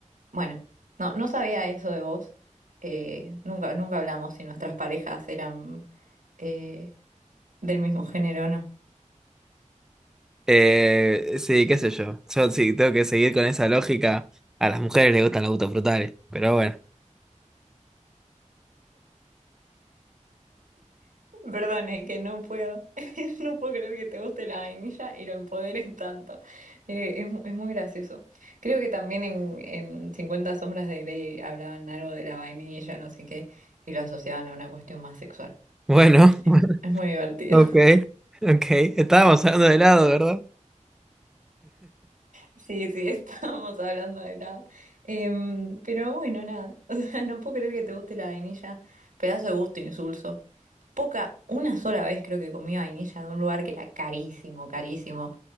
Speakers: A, on the right; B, in the centre.
A: Bueno, no, no sabía eso de vos. Eh, nunca, nunca hablamos si nuestras parejas eran eh, del mismo género o no.
B: Eh, sí, qué sé yo. Yo sí tengo que seguir con esa lógica. A las mujeres les gustan los gustos frutales, pero bueno.
A: Perdón, es que no puedo, <laughs> no puedo creer que te guste la vainilla y lo empoderes tanto. Eh, es, mu- es muy gracioso. Creo que también en, en 50 sombras de Grey hablaban algo de la vainilla, no sé qué, y lo asociaban a una cuestión más sexual.
B: Bueno,
A: Es,
B: <laughs>
A: es muy divertido.
B: ok, ok. Estábamos hablando de helado, ¿verdad?
A: Sí, sí, <laughs> estábamos hablando de helado. Em, pero bueno, nada. <laughs> O sea, no puedo creer que te guste la vainilla. Pedazo de gusto insulso. Poca, una sola vez creo que comí vainilla de un lugar que era carísimo, carísimo.